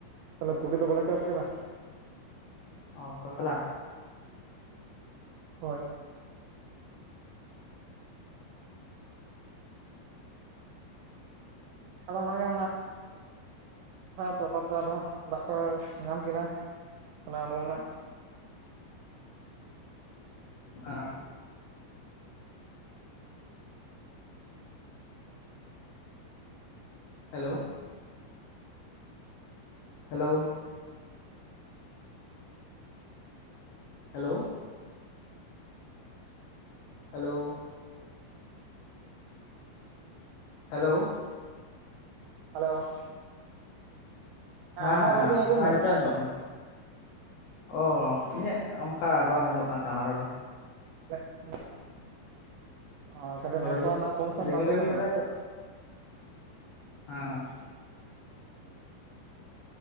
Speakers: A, on the right (about 85°); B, on the left (about 80°).
A: ᱛᱟᱦᱞᱮ ᱛᱩᱲᱤ ᱫᱚ ᱵᱟᱞᱮ ᱪᱟᱥ ᱠᱟᱫᱟ
B: ᱚ ᱠᱷᱚᱥᱞᱟ
A: ᱦᱳᱭ ᱟᱫᱚ ᱚᱱᱟᱜᱮ ᱛᱟ ᱛᱟᱨᱯᱚᱨᱮ ᱟᱫᱚ ᱫᱟᱜ ᱠᱚ ᱧᱟᱢ ᱠᱮᱫᱟ ᱛᱟᱦᱮ ᱟᱫᱚ ᱩᱱᱟᱹᱜ
B: ᱦᱮᱸ hello hello hello hello hello
A: hello
B: ᱦᱮᱸ
A: ᱟᱢᱟᱜ ᱨᱚᱲ ᱫᱚᱧ ᱟᱸᱡᱚᱢ
B: ᱦᱮᱸ
A: ᱮᱫᱟ
B: ᱱᱤᱛᱚᱜ ᱟᱸᱡᱚᱢᱚᱜ ᱠᱟᱱᱟ ᱚ ᱤᱧᱟᱹᱜ ᱚᱱᱠᱟ ᱵᱟᱝ ᱟᱸᱡᱚᱢᱚᱜ ᱠᱟᱱ ᱛᱟᱢᱟ ᱨᱚᱲ ᱫᱚ
A: <unintelligible> ᱚ ᱠᱟᱹᱴᱤᱡ
B: ᱦᱳᱭ
A: ᱱᱮᱴᱣᱟᱨᱠ ᱨᱮᱱᱟᱜ ᱥᱚᱢᱚᱥᱥᱟ
B: ᱨᱤᱢᱤᱞ
A: ᱢᱮᱱᱟᱜ
B: ᱨᱤᱢᱤᱞ
A: ᱛᱟᱦᱚᱞᱮ
B: ᱠᱟᱫᱟᱭ ᱛᱚ ᱦᱮᱸ